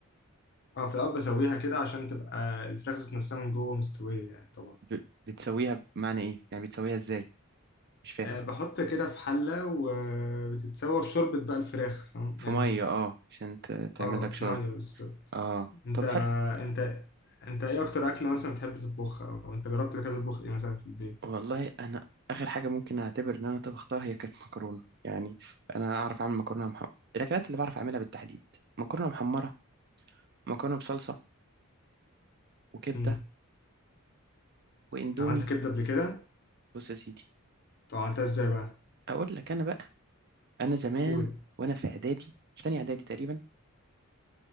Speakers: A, on the left; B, on the right.
A: اه في الأول بسويها كده عشان تبقى الفراخ ذات نفسها من جوه مستوية يعني طبعا
B: ب... بتسويها بمعنى ايه يعني بتسويها ازاي مش فاهم
A: آه بحط كده في حلة وبتتسوى في شوربة بقى الفراخ فاهم
B: في
A: يعني
B: ميه اه عشان ت... تعمل
A: اه
B: لك شرب
A: في مية بالظبط
B: اه
A: انت
B: طب حلو
A: انت انت ايه أكتر أكلة مثلا بتحب تطبخها أو انت جربت قبل كده تطبخ ايه مثلا في البيت؟
B: والله انا اخر حاجه ممكن اعتبر ان انا طبختها هي كانت مكرونه يعني انا اعرف اعمل مكرونه محمره الاكلات اللي بعرف اعملها بالتحديد مكرونه محمره مكرونه بصلصه وكبده
A: امم
B: واندومي
A: عملت كبدة قبل كده؟
B: بص يا سيدي
A: طب عملتها ازاي بقى؟
B: اقول لك انا بقى انا زمان
A: قول
B: وانا في اعدادي في تانية اعدادي تقريبا